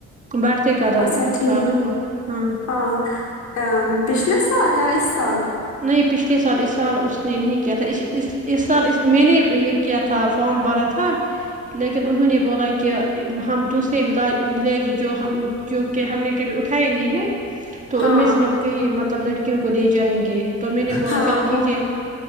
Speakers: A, on the right; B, on the left.
A: بڑہتے قدم
B: اچھا ٹھیک
A: تھا نا وہ ہاں
B: ہاں پچھلے سال یا اس سال
A: نہیں پچھلے سال اس سال اس نے نہیں کیا تھا اس اس اس سال اس میں نے یہ کیا تھا فارم بھرا تھا لیکن انہوں نے بولا کہ ہم دوسرے ولاج ولیج جو ہم جو کہ ہم نے کبھی اٹھائے نہیں ہے تو
B: ہاں
A: ان میں سے ہم کہیں مطلب لڑکیوں کو لے جائیں گے تو میں نے بولا
B: ہاں
A: چلو
B: وہ
A: ٹھیک ہے